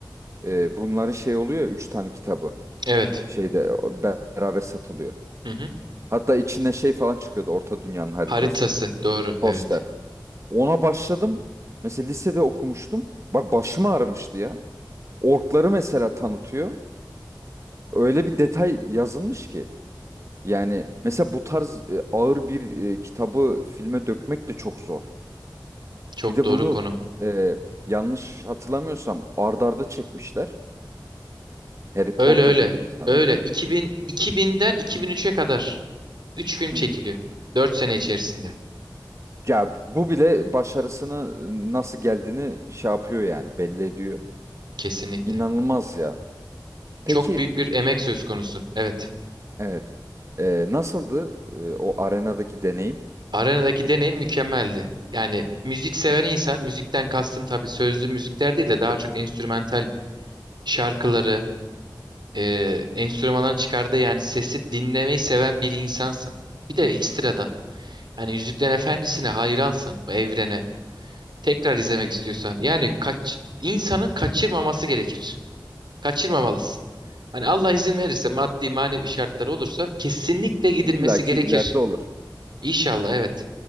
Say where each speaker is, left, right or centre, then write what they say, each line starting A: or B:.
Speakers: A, on the right (about 40°); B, on the right (about 70°).
A: Ee, bunların şey oluyor ya, üç tane kitabı.
B: Evet.
A: Şeyde o beraber satılıyor.
B: Hı hı.
A: Hatta içinden şey falan çıkıyordu. Orta Dünya'nın haritası.
B: Haritası. Doğru.
A: Poster.
B: Evet.
A: Ona başladım. Mesela lisede okumuştum. Bak başım ağrımıştı ya. Orkları mesela tanıtıyor. Öyle bir detay yazılmış ki. Yani mesela bu tarz e, ağır bir e, kitabı filme dökmek de çok zor.
B: Çok
A: Bir de
B: doğru
A: bunu
B: konu.
A: e, yanlış hatırlamıyorsam ard arda çekmişlerdi. Harry Potter
B: Öyle öyle.
A: gibi sanıyorum.
B: Öyle. 2000, 2000'den 2003'e kadar 3 film çekiliyor.
A: Hı hı.
B: dört sene içerisinde.
A: Ya bu bile başarısını nasıl geldiğini şey yapıyor yani belli ediyor.
B: Kesinlikle.
A: İnanılmaz ya. Peki
B: Çok büyük bir emek söz konusu. Evet.
A: evet. Ee, nasıldı e, o arenadaki deneyim?
B: Arenadaki deneyim mükemmeldi. Yani müzik seven insan, müzikten kastım tabii sözlü müzikler değil de daha çok enstrümantal şarkıları, e, enstrümanların çıkardığı yani sesi dinlemeyi seven bir insansın. Bir de ekstradan. Yani Yüzüklerin Efendisi'ne hayransın, o evrene. Tekrar izlemek
A: Hı hı.
B: istiyorsan. Yani kaç, insanın kaçırmaması gerekir. Kaçırmamalısın. Hani Allah izin verirse maddi manevi şartları olursa kesinlikle gidilmesi
A: İlla ki
B: gerekir.
A: ileride olur.
B: İnşallah evet.